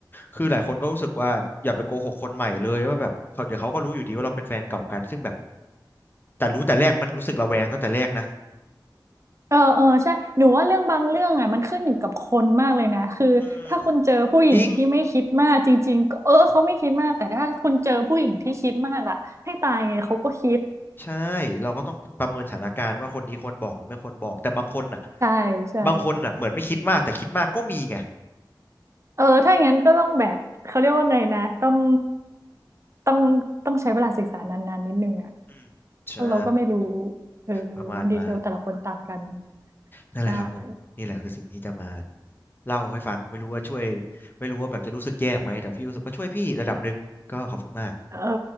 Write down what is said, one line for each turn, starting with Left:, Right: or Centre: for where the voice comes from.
Left: คือหลายคนก็รู้สึกว่าอย่าไปโกหกคนใหม่เลยว่าแบบเขาเดี๋ยวเขาก็รู้อยู่ดีว่าเราเป็นแฟนเก่ากันซึ่งแบบแต่รู้แต่แรกมันรู้สึกระแวงตั้งแต่แรกนะ
Right: เออ เออ ใช่ หนูว่าเรื่องบางเรื่องอ่ะมันขึ้นอยู่กับคนมากเลยนะ คือถ้าคุณเจอผู้หญิงที่ไม่คิดมากจริงๆก็เออเขาไม่คิดมาก
Left: อืมจริง
Right: แต่ถ้าคุณเจอผู้หญิงที่คิดมากล่ะให้ตายไงเขาก็คิด
Left: ใช่เราก็ต้องประเมินสถานการณ์ว่าคนนี้ควรบอกหรือไม่ควรบอกแต่บางคนอ่ะ
Right: ใช่ ใช่
Left: บางคนอ่ะเหมือนไม่คิดมากแต่คิดมากก็มีไง
Right: เออ ถ้าอย่างนั้นก็ต้องแบบเขาเรียกว่าไงนะต้องต้อง ต้องใช้เวลาศึกษานานๆนิดนึงอ่ะ
Left: อืมใช่
Right: เพราะเราก็ไม่รู้เออ
Left: ประมาณนั้น
Right: ดีเทลแต่ละคนต่างกัน
Left: นั่นแหละครับผมนี่แหละคือสิ่งที่จะมา
Right: ใช่
Left: เล่าให้ฟังไม่รู้ว่าช่วยไม่รู้ว่าแบบจะรู้สึกแย่ไหมแต่พี่รู้สึกก็ช่วยพี่ระดับหนึ่งก็ขอบคุณมาก
Right: เออ